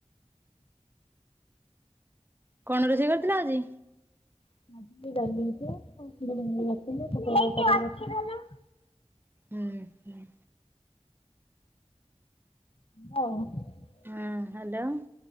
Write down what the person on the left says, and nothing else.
ଆଜି <unintelligible>
<unintelligible>